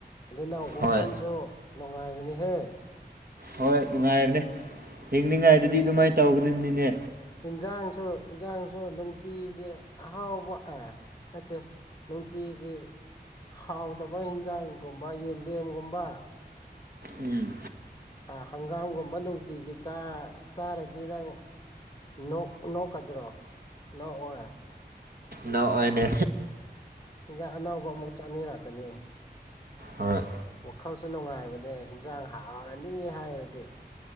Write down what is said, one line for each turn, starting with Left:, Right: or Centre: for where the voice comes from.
Left: ꯑꯗꯨꯅ ꯋꯥꯈꯜꯁꯨ
Right: ꯍꯣꯏ
Left: ꯅꯨꯡꯉꯥꯏꯕꯅꯤꯍꯦ
Right: ꯍꯣꯏ ꯅꯨꯡꯉꯥꯏꯕꯅꯦ ꯍꯤꯡꯅꯤꯡ ꯉꯥꯏꯗꯨꯗꯤ ꯑꯗꯨꯃꯥꯏꯟ ꯇꯧꯒꯗꯕꯅꯤꯅꯦ
Left: ꯏꯟꯁꯥꯡꯁꯨ ꯏꯟꯁꯥꯡꯁꯨ ꯅꯨꯡꯇꯤꯒꯤ ꯑꯍꯥꯎꯕ ꯑꯥ ꯅꯠꯇꯦ ꯅꯨꯡꯇꯤꯒꯤ ꯍꯥꯎꯗꯕ ꯏꯟꯖꯥꯡꯒꯨꯝꯕ ꯌꯦꯟꯗꯦꯝꯒꯨꯝꯕ
Right: ꯎꯝ
Left: ꯑꯥ ꯍꯪꯒꯥꯝꯒꯨꯝꯕ ꯅꯨꯡꯇꯤꯒꯤ ꯆꯥ ꯆꯥꯔꯗꯤ ꯅꯪ ꯅꯣꯛ ꯅꯣꯛꯀꯗ꯭ꯔꯣ ꯅꯣꯛ ꯑꯣꯏ
Right: ꯅꯣꯛ ꯑꯣꯏꯅꯦ
Left: ꯍꯤꯟꯖꯥꯡ ꯑꯅꯧꯕ ꯑꯃꯨꯛ ꯆꯥꯅꯤꯔꯛꯀꯅꯤ
Right: ꯍꯣꯏ
Left: ꯋꯥꯈꯜꯁꯨ ꯅꯨꯡꯉꯥꯏꯕꯅꯦ ꯍꯤꯟꯖꯥꯡ ꯍꯥꯎꯔꯅꯤ ꯍꯥꯏꯔꯗꯤ